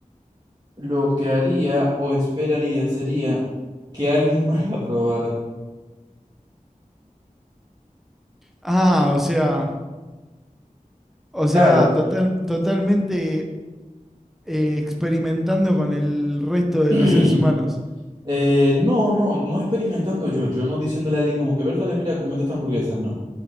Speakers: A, on the right (about 30°); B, in the centre.
A: Lo que haría o esperaría sería que alguien <laughs> más la probara.
B: Ah, o sea... O sea,
A: Claro.
B: total, totalmente eh, experimentando con el resto de
A: <clears throat>
B: los seres humanos.
A: Eh, no, no, no experimentando yo, yo no diciéndole a alguien como que, Bertale, mira, comete esta hamburguesa, no.